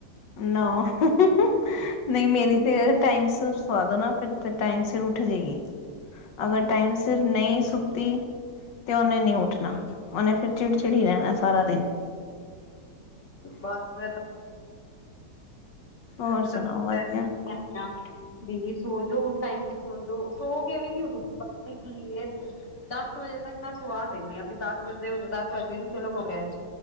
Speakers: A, on the left (about 80°); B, on the left (about 40°).
A: ਨਾ <unintelligible> ਨਹੀਂ ਮੇਰੀ ਤੇ ਟਾਈਮ ਸਿਰ ਸਵਾਦ ਹੋ ਨਾ ਫਿਰ ਟਾਈਮ ਸਿਰ ਉੱਠ ਜਾਏਗੀ ਅਗਰ ਟਾਈਮ ਸਿਰ ਫਿਰ ਨਹੀਂ ਸੁੱਤੀ ਤੇ ਉਹਨੇ ਨਹੀਂ ਉੱਠਣਾ ਉਹਨੇ ਫਿਰ ਚਿੜਚਿੜੀ ਰਹਿਣਾ ਸਾਰਾ ਦਿਨ।
B: ਬੱਸ
A: ਹੋਰ
B: <unintelligible>
A: ਸੁਣਾਓ ਵਧੀਆ
B: ਵੀ ਸੋਜੋ ਹੁਣ ਟਾਇਮ ਸਿਰ ਸੋਜੋ ਸੋ ਕੇ ਵੀ ਨੀ ਉਠ ਕੀ ਇਹ ਦਸ ਵਜੇ ਤੱਕ ਮੈਂ ਸੁਵਾਹ ਦਿੰਦੀ ਹਾਂ ਵੀ ਦਸ ਵਜੇ ਹੋ ਦਸ ਵਜ ਚਲੋ ਕਮਰਿਆ ਚ